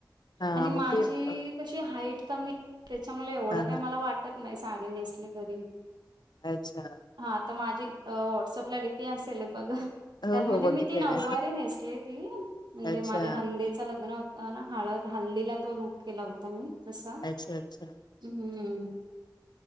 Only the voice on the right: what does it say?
आणि
माझी
कशी हाईट कमी आहे त्याच्यामुळे एवढं काही
मला वाटत नाही साडी नेसली तरी.
हा तर माझी व्हॉट्सअप ला डीपी असेलच बघ.
त्यात म्हणजे
मी ती नववारी
नेसली ती म्हणजे
माझ्या नंदे लग्न हो हळ हळदीला तो लूक केला होता मी तसा.
हम् हम्म